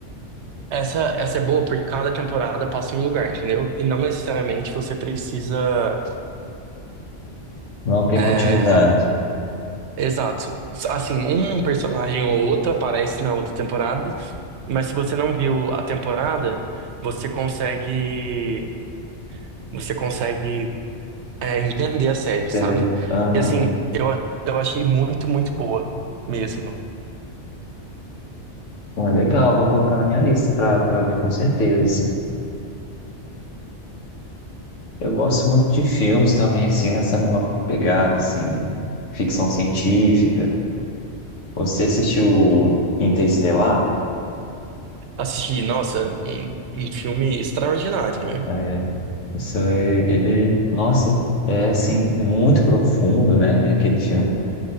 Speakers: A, on the right; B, on the left.
A: Essa, essa é boa porque cada temporada passa em um lugar, entendeu? E não necessariamente você precisa.
B: Não tem
A: é,
B: continuidade.
A: Exato. Assim, um personagem ou outro aparece na outra temporada, mas se você não viu a temporada, você consegue. Você consegue, é, entender a série, sabe?
B: Entendeu? Aham.
A: E assim, eu, eu achei muito, muito boa mesmo.
B: Bom, é legal, vou colocar na minha lista para para ver com certeza, assim. Eu gosto muito de filmes também, assim, nessa mesma pegada, assim, ficção científica. Você assistiu Interestelar?
A: Assisti, nossa, um, um filme extraordinário, né?
B: É, isso, é- ele, nossa, é assim, muito profundo, né? Aquele filme.